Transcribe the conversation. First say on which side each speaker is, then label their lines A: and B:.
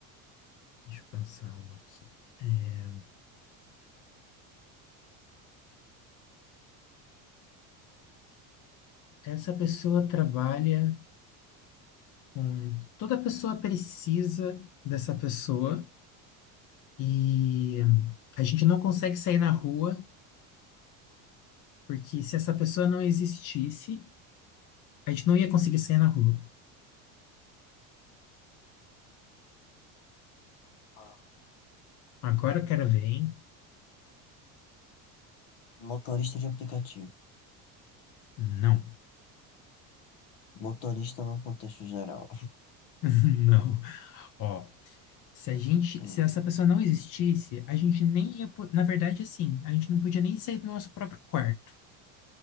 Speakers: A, on the left; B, on the left.
A: deixa eu pensar uma aqui. É, Essa pessoa trabalha com. Toda pessoa precisa dessa pessoa E a gente não consegue sair na rua, porque se essa pessoa não existisse, a gente não ia conseguir sair na rua.
B: Ah,
A: Agora o cara vem?
B: Motorista de aplicativo.
A: Não,
B: Motorista no contexto geral.
A: <laughs> não. Ó, se a gente,
B: Hum,
A: se essa pessoa não existisse, a gente nem ia, po- na verdade, assim, a gente não podia nem sair do nosso próprio quarto.